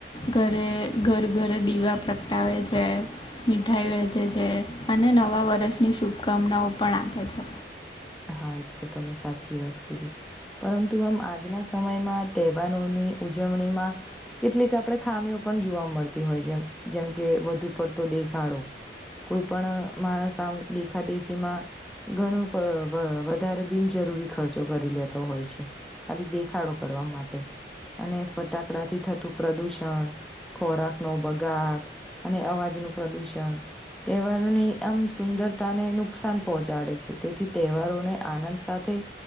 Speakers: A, on the left (about 25°); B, in the centre.
A: ઘરે ઘર ઘરે દીવા પ્રગટાવે છે. મીઠાઈ વેચે છે અને નવા વર્ષની શુભકામનાઓ પણ આપે છે.
B: હા એ તો તમે સાચી વાત કિધી પરંતુ આમ આજના સમયમાં તહેવારોની ઉજવણીમાં કેટલીક આપણે ખામીઓ પણ જોવા મળતી હોય જેમ જેમ કે વધુ પડતો દેખાડો કોઈ પણણ માણસ આમ દેખાદેખીમાં ઘણું વધારે બિનજરૂરી ખર્ચો કરી લેતો હોય છે. ખાલી દેખાડો કરવા માટે અને ફટાકડાથી થતું પ્રદુષણ ખોરાક નો બગાડ અને અવાજ નું પ્રદુષણ તહેવારોની આમ સુંદરતાને નુકસાન પહોંચાડે છે. તેથી તહેવારોને આનંદ સાથે